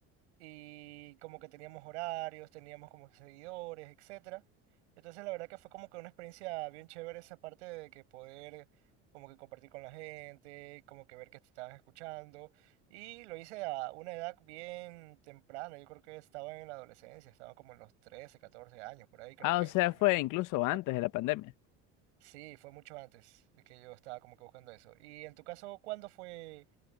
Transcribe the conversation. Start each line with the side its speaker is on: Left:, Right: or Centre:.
Right: y como que teníamos horarios, teníamos como que seguidores, etcétera. Entonces la verdad que fue como que una experiencia bien chévere esa parte de que poder como que compartir con la gente, como que ver que te estabas escuchando y lo hice a una edad bien temprana, yo creo que estaba en la adolescencia, estaba como en los 13 14 años, por ahí creo
Left: Ah,
Right: que
Left: o sea,
Right: fui
Left: fue incluso
Right: esa etapa.
Left: antes de la pandemia.
Right: Sí, fue mucho antes de que yo estaba como que buscando eso. Y en tu caso, ¿cuándo fue